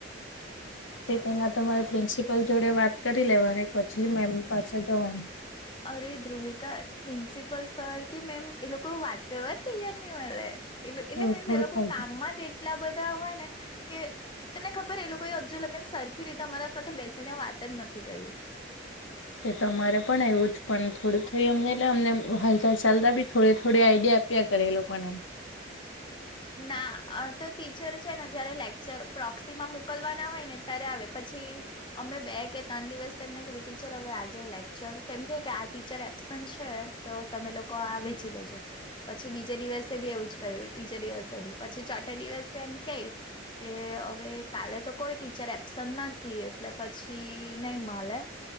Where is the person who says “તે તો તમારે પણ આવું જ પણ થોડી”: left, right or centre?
Left